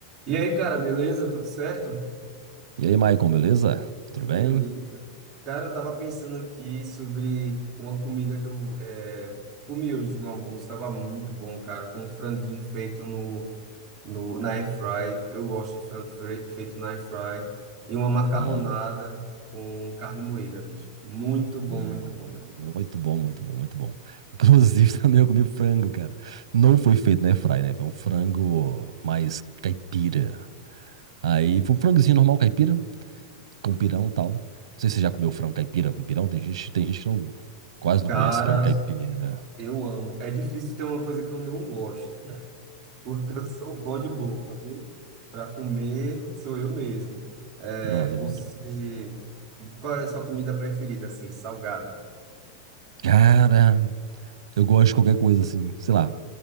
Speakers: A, on the right (about 25°); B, on the right (about 85°).
A: E aí, cara, beleza? Tudo certo?
B: E aí, Maicon, beleza? Tudo bem?
A: Beleza. Cara, eu tava pensando aqui sobre uma comida que eu é, comi hoje no almoço. Tava muito bom, cara. Foi um franguinho feito no, no, na air fry. Eu gosto de frango fre- feito na air fry. E uma macarronada
B: Hum,
A: com carne moída, bicho. Muito bom,
B: hum,
A: muito bom, muito bom.
B: muito bom, muito bom, muito bom. Inclusive, <laughs> também eu comi frango, cara. Não foi feito na airfry, né? Foi um frango mais caipira. Aí, foi um frangozinho normal caipira, com pirão e tal. Não sei se você já comeu frango caipira com pirão. Tem gente, tem gente que não, quase não
A: Cara,
B: conhece frango caipira.
A: eu amo. É difícil ter uma coisa que eu não gosto. porque eu sou bom de boca, viu? Para comer, sou eu mesmo. É,
B: Nossa,
A: você,
B: é bom demais.
A: qual é a sua comida preferida, assim, salgada?
B: Cara. Eu gosto de qualquer coisa assim, sei lá.